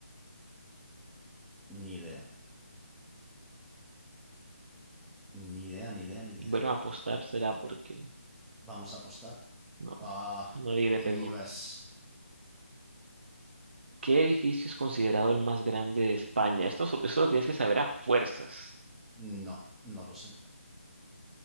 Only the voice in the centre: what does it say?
Ni idea. Ni idea, ni idea, ni idea.
Vamos a apostar.
Ah,
en
U S
No, no lo sé.